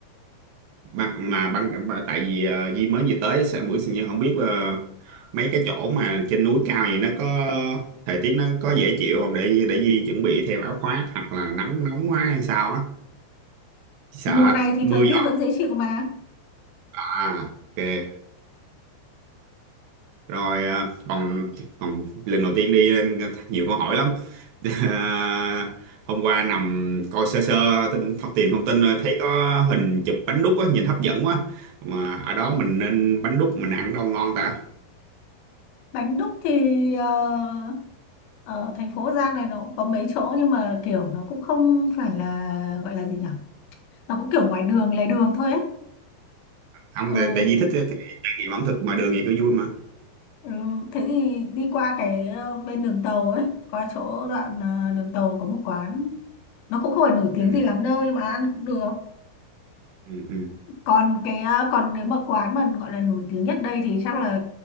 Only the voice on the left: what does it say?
mùa này thì
thời
tiết vẫn dễ chịu mà
Bánh đúc thì ờ, ở thành phố Bắc Giang này nó cũng có mấy chỗ nhưng mà kiểu nó cũng không phải là gọi là gì nhỉ nó cũng kiểu ngoài đường lề đường thôi ấy
ừ,
ừ. thế thì đi qua cái ờ, bên đường tàu ấy qua chỗ đoạn ờ, đường tàu có một quán nó cũng không phải nổi tiếng
gì lắm đâu nhưng mà ăn cũng được
còn cái ờ, còn nếu mà quán mà gọi là nổi tiếng nhất đây thì chắc là